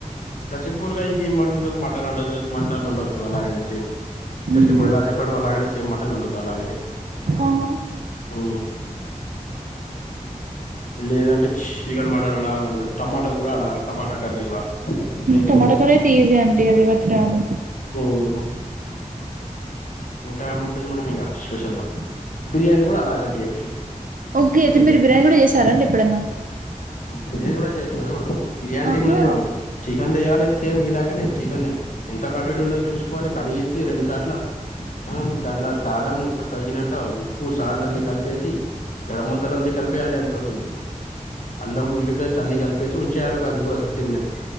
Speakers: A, on the left (about 65°); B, on the right (about 70°).
A: ఇ సింపుల్ గా ఇంకేం వండుతార్ మటన్ వండుతారు మటన్ వండవచ్చు అలాగనే సేమ్
B: హుహు.
A: జస్ట్ ఇప్పుడు ఎలా చెప్పానో ఆలానే సేమ్ మటన్ వండుతా అలాగనే
B: ఆహా!
A: ఉ లేదంటే చ్ చికెన్ మటన్ వండుతా అలా టమాటాలు కూడా అలా టమాటా కర్రీ కూడా మేబి
B: టమాట కర్రీ అయితే ఈజీ అండి అదే ఎవరికి రాదు
A: మ్మ్ ఇంకా ఏముంటది మేడమ్ ఇంక స్పెషలు బిర్యానీ కూడా అలాగనే చేయొచ్చు.
B: ఓకే అయితే
A: మే
B: మీరు
A: బి
B: బిర్యానీ కూడా చేసారండి ఎప్పుడన్నా
A: బిర్యానీ కూడా చేయొచ్చు కదా మేడం బిర్యానీ
B: ఆహా
A: ఏమున్నది మేడం చికెన్ తేయాలి సేమ్ ఇలాగనే చికెనే ఇంత కంటి <unintelligible> చూసుకోని కడిగేసి రెండు సార్ట్ల ఆ దాంట్ల కారం తగినంట ఉప్పు సాల్ట్ అన్ని కలిపేసి గరమ్ మసలాన్ని కల్పేయలా అంత తొని అల్లం ఉళ్లిపేస్ట్ అన్ని కలిపేసి ఉంచేయాల అది కూడా థర్టీ మినిట్స్